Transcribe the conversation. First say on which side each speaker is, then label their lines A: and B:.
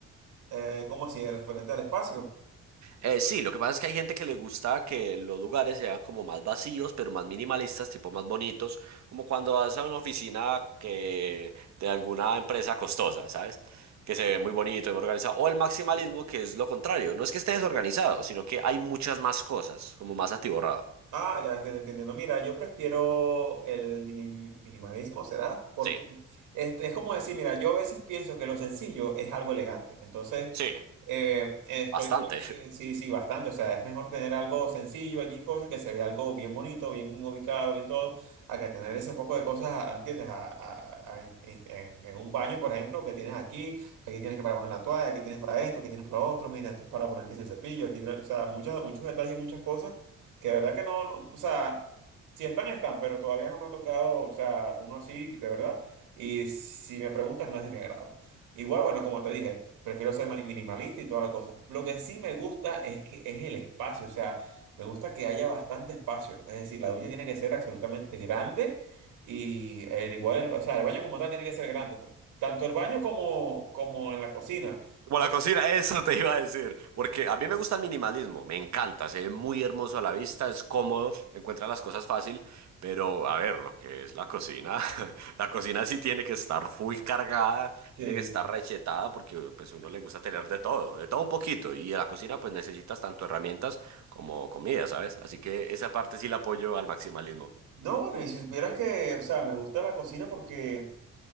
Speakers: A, on the right (about 85°); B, on the right (about 65°).
A: Eh, ¿cómo así? ¿Referente al espacio?
B: Eh, sí, lo que pasa es que hay gente que le gusta que los lugares sean como más vacíos, pero más minimalistas, tipo más bonitos, como cuando vas a una oficina que de alguna empresa costosa, ¿sabes? Que se ve muy bonito y muy organizado. O el maximalismo, que es lo contrario. No es que esté desorganizado, sino que hay muchas más cosas, como más atiborrado.
A: Ah, ya entiendo, entiendo. entiendo. Mira, yo prefiero el mili- minimalismo, ¿será? Porque
B: Sí,
A: este, es como decir, mira, yo a veces pienso que lo sencillo es algo elegante. Entonces,
B: sí,
A: eh, estoy,
B: bastante.
A: eh, sí, sí, bastante. O sea, es mejor tener algo sencillo allí, cosas que se vea algo bien bonito, bien ubicado, bien todo, a que tener ese poco de cosas, ¿entiendes? A- a- a- en, en- en un baño, por ejemplo, que tienes aquí, aquí tienes que para poner la toalla, aquí tienes para esto, aquí tienes para lo otro, mira, esto es para poner que si el cepillo, aquí, o sea, muchos, muchos detalles, muchas cosas que de verdad que no, no, o sea, si están, están, pero todavía no me ha tocado, o sea, uno así, de verdad. Y si me preguntas, no es de mi agrado. Igual, bueno, como te dije. Prefiero ser mani- minimalista y toda la cosa. Lo que sí me gusta es que es el espacio, o sea, me gusta que haya bastante espacio. Es decir, la ducha tiene que ser absolutamente grande y el igual, el- o sea, el baño como tal tiene que ser grande, pues. Tanto el baño como, como en la cocina. O
B: Como la
A: sea,
B: cocina, eso te iba a decir. Porque a mí me gusta el minimalismo, me encanta, se ve muy hermoso a la vista, es cómodo, encuentra las cosas fácil, pero a ver, lo que es la cocina, <laughs> la cocina sí tiene que estar full cargada,
A: eh,
B: tiene que estar rechetada, porque pues uno le gusta tener de todo, de todo un poquito, y en la cocina pues necesitas tanto herramientas como comida, ¿sabes? Así que esa parte sí la apoyo al maximalismo.
A: no, bueno, y si supieras que, o sea, me gusta la cocina porque,